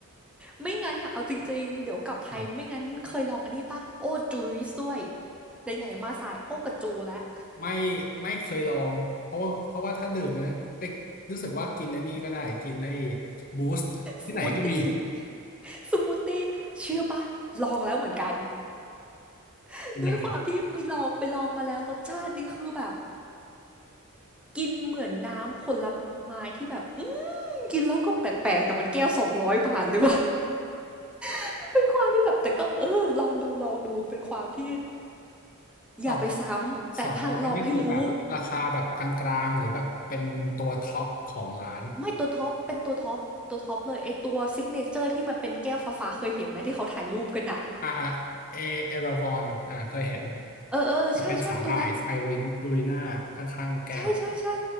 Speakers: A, in the centre; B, on the left.
A: ไม่งั้นอะเอาจริงๆ เดี๋ยวกลับไทยไม่งั้นเคยลองอันนี้ป่ะโอ้จูซด้วย
B: อืม
A: ไหนๆมาสาย โอ้กับจูแล้ว
B: ไม่ไม่เคยลองเพราะว่าเพราะว่าถ้าดื่มนะไปรู้สึกว่ากินไอ้นี่ก็ได้กินไอ้บูสต์ที่ไหนก็มี
A: สมูทตี้สมูทตี้เชื่อป่ะลองแล้วเหมือนกัน <laughs>
B: เป็นยังไง
A: ด้วยความที่ไปลองไปลองมาแล้วรสชาตินี่คือแบบกินเหมือนน้ำผลไม้ที่แบบ อืมกินแล้วก็แปลกๆ แต่มันแก้วสองร้อยบาทเลยว่ะ <laughs> เป็นความที่แบบแต่ก็เออลองดูลองดูเป็นความที่อย่าไปซ้ำแต่ถ้าลองให้รู้
B: สองสองร้อยนี่คือแบบราคาแบบกลางๆหรือแบบเป็นตัวท็อปของร้าน
A: ไม่ตัวท็อปเป็นตัวท็อปตัวท็อปเลยไอตัวซิกเนเจอร์ที่มันเป็นแก้วฟ้าๆเคยเห็นไหมที่เขาถ่ายรูปกันอะ
B: อ่าอ่าเอเอราวอนอ่าเคยเห็น
A: เออเออใช่ใช่ตัวนั้น
B: มันเป็นสาหร่ายไซรินลูริน่าข้างๆแก้ว
A: ใช่ใช่ใช่